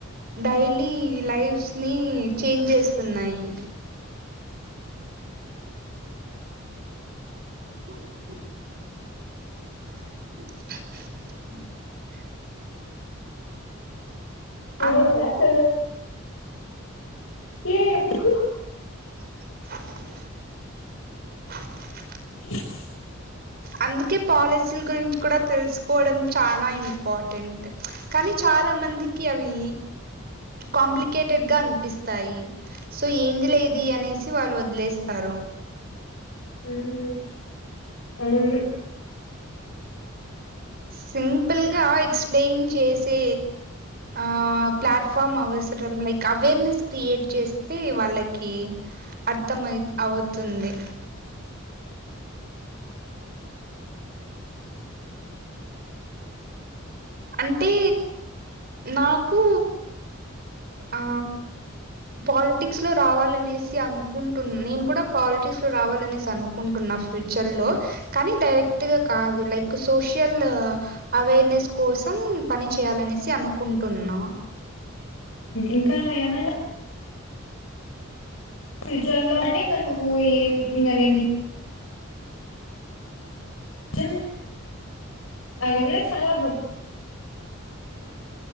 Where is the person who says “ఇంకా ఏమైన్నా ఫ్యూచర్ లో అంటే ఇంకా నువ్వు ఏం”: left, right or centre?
Left